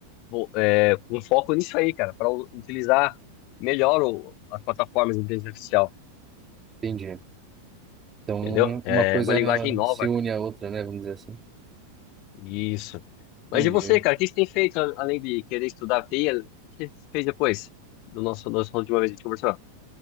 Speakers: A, on the left; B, on the right.
A: vo- é, com foco nisso aí, cara, para utilizar melhor o- as plataformas de inteligência artificial.
B: entendi. Então
A: Entendeu? É
B: uma coisa
A: uma linguagem nova,
B: se une
A: cara.
B: à outra, né? Vamos dizer assim.
A: Isso. Mas
B: Entendi.
A: e você, cara? O que você tem feito a- além de querer estudar TI? O que você fez depois do nosso, nosso última vez que a gente conversou?